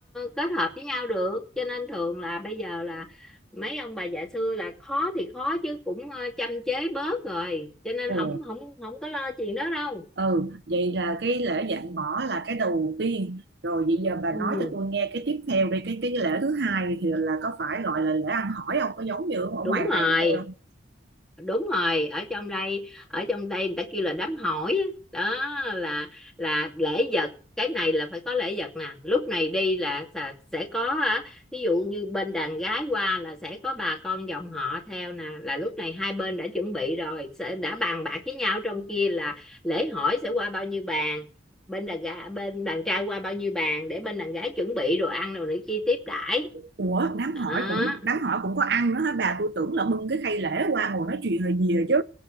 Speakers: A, in the centre; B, on the right.
A: kết hợp với nhau được cho nên thường là bây giờ là mấy ông bà già xưa là khó thì khó chứ cũng ờ, châm chế bớt rồi cho nên
B: Ồ.
A: không không không có lo chuyện đó đâu
B: ừ vậy là cái lễ dạn bỏ là cái đầu tiên rồi vậy giờ bà
A: ừ,
B: nói cho tôi nghe cái tiếp theo đi cái cái lễ thứ hai thì là có phải gọi là lễ ăn hỏi không có giống như ở
A: đúng
B: ngoài này
A: rồi
B: của tôi không
A: đúng rồi ở trong đây ở trong đây người ta kêu là đám hỏi á. đó là là lễ vật cái này là phải có lễ vật nè lúc này đi là sẽ sẽ có á, ví dụ như bên đàn gái qua là sẽ có bà con dòng họ theo nè là lúc này hai bên đã chuẩn bị rồi sẽ đã bàn bạc với nhau trong kia là lễ hỏi sẽ qua bao nhiêu bàn bên đàn gái bên đàn trai qua bao nhiêu bàn để bên đàn gái chuẩn bị đồ ăn rồi này kia tiếp đãi
B: ủa đám
A: đó
B: hỏi cũng đám hỏi cũng có ăn nữa hả bà tôi tưởng là bưng cái khay lễ qua ngồi nói chuyện là gì rồi chứ